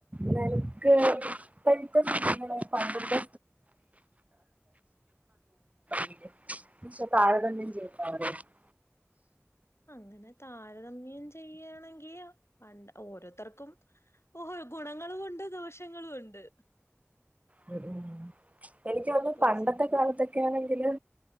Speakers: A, on the right; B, on the left.
A: നിനക്ക് ഇപ്പോഴത്തെ
B: ആ
A: <unintelligible> പണ്ടത്തെ <unintelligible> പക്ഷെ താരതമ്യം ചെയ്ദവർ <unintelligible>
B: അങ്ങനെ താരതമ്യം ചെയ്യാണെങ്കില് പണ്ട് ഓരോരുത്തർക്കും ഓഹോ ഗുണങ്ങളുമുണ്ട് ദോഷങ്ങളു ഉണ്ട്
A: ശ് എനിക്കോന്നു
B: പോസി
A: പണ്ടത്തെ കാലത്തൊക്കെയാണെങ്കില്